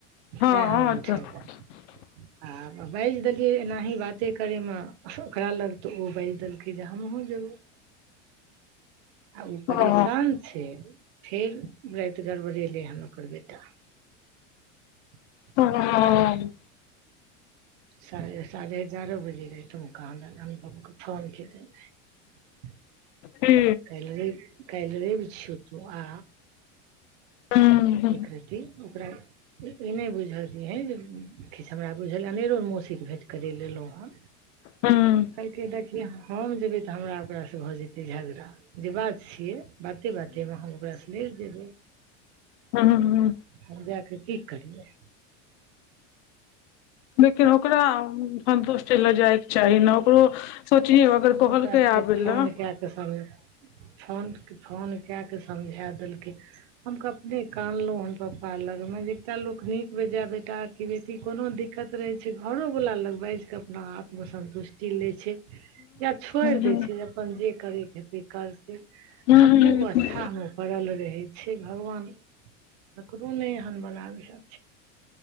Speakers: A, on the left; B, on the right.
A: हँ
B: तै हम अंठा देलो
A: <inaudible>
B: आ बाजि देलियै एनाही बाते करैमे ओकरा लग तऽ ओ बाजि देलकैय जे हमहु जेबौ आ ओ
A: हँ
B: परेशान छैय फेर राति गड़बड़ेलैय हन ओकर बेटा बुझ <unintelligible>
A: हँ
B: सा साढ़े एगारह बजे रातिमे कहा दन अनुपमके फोन केने रहैय।
A: की
B: कैल रैब कैल रैब छियौ तु आ
A: हूँ हूँ
B: एकरति ओकरा इ नै बुझऽ दियैह जे किछ हमरा बुझल अनेरो मौसीक के भेंट करैय एलहु ह
A: हूँ
B: कहलकैय देख किएक हम जेबै तऽ हमरा ओकरास भऽ जेतैय झगड़ा जे बात छियैय बाते बातेमे हम ओकरास लड़ि जेबैय
A: हुहुहुहु
B: हम जा कऽ की करियै
A: लेकिन ओकरा सन्तुष्ट लय जाइके चाही ने ओकरो सोचियौ अगर
B: हम
A: कहलकै
B: ओकरा फेर
A: आबै लए
B: फोन
A: हूं
B: कए कऽ समझ फोन फोन कऽके समझा देलकै हम क अपने कानलो हन पपा लगमे जे एकटा लोक नीक बेजाय बेटा क कि बेटी कोनो दिक्कत रहैय छैय घरोवला लग बाजिकऽ आपम आत्मसन्तुष्टि लैय छैय। या छोड़ि
A: हूं
B: दैय छैय जब अपन जे करेयक हेतैय करतैय
A: हूं
B: आबुह अथाहमे पड़ल रहेय। छैय भगवान ककरो नै एहन बनाबियह।